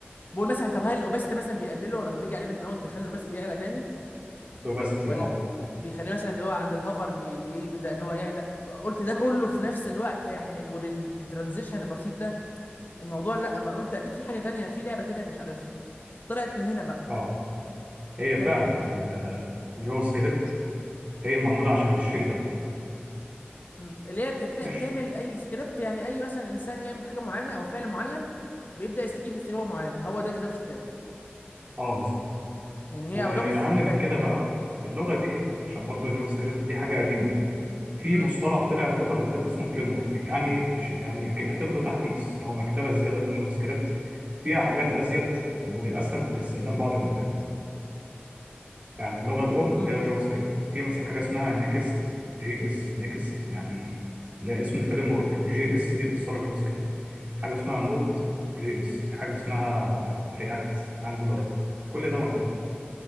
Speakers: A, on the left; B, on the right.
A: بقول مثلا طب هل الاوباسيتي مثلا بيقلله لما بيجي عليه بالماوس بيخلي الاوباسيتي يعلى تاني
B: روباستي
A: ولا
B: اه
A: بيخليه مثلا اللي هو عند الهوفر بي- بيبدأ ان هو يعلى قلت ده كله في نفس الوقت يعني وبالترانزيشن البسيط ده الموضوع لا اما أنا قلت اكيد في حاجة تانية في لعبة تانية انا مش عارفها طلعت من هنا بقى
B: اه هي
A: طلعت
B: فعلا
A: من جافا
B: ال-
A: سكريبت
B: الجافا سكريبت هي معموله عشان الشيء دوت
A: أمم. اللي هي تبدأ
B: ماشي
A: بتعمل اي سكريبت يعني اي مثلا انسان يعمل حاجة معينة او فعل معين بيبدأ يستجيب استجابة معينة هو ده الجافا سكريبت
B: اه بالظبط
A: يعني
B: واهم
A: هي لغة استجابات
B: من كده
A: يعني
B: بقى اللغه دي عشان برضو الجافا سكريبت دي حاجه قديمه في
A: امم
B: مصطلح طلع الفترة اللي فاتت اسمه فريم ورك يعني يعني اعتبره تحديث أو مكتبة زيادة في جافا سكريبت فيها حاجات أزيد ويأثر في الاستخدام بعض الأوقات يعني اللغة الأم
A: امم
B: هي جافا سكريبت في مثلا حاجة اسمها نيكست جي اس نيكست يعني ده اسم فريم ورك جي اس دي اختصار جافا سكريبت في حاجة اسمها نود جي اس في حاجة اسمها رياكت أنجولار كل ده موجود